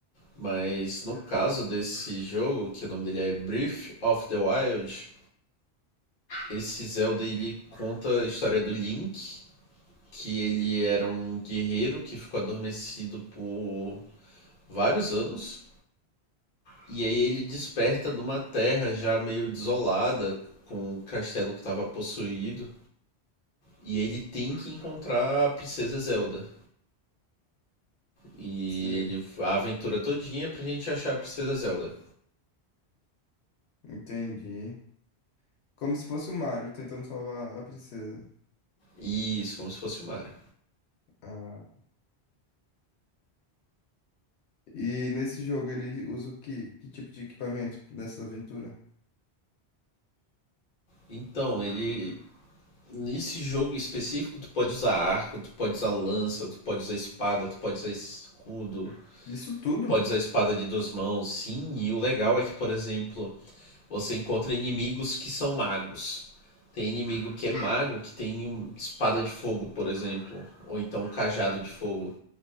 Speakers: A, on the left (about 45°); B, on the left (about 75°).
A: Mas no caso desse jogo, que o nome dele é Breath of the Wild, Esse Zelda ele conta a história do Link, que ele era um guerreiro que ficou adormecido por vários anos. E aí ele desperta numa terra já meio desolada, com o castelo que estava possuído. E ele tem que encontrar a Princesa Zelda. E
B: Sim,
A: ele, a aventura todinha é pra gente achar a Princesa Zelda.
B: entendi. Como se fosse o Mario tentando salvar a princesa.
A: Isso, como se fosse o Mario.
B: Ah, e nesse jogo ele usa o que, que tipo de equipamento nessa aventura?
A: Então, ele Nesse jogo específico, tu pode usar arco, tu pode usar lança, tu pode usar espada, tu pode usar escudo,
B: Isso tudo?
A: pode usar espada de duas mãos, sim. E o legal é que, por exemplo, você encontra inimigos que são magos. Tem inimigo que é mago, que tem um espada de fogo, por exemplo, ou então um cajado de fogo.